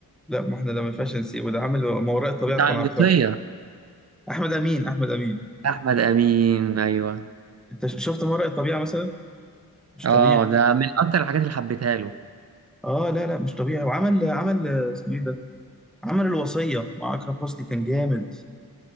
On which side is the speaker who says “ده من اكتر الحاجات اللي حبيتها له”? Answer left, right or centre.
Right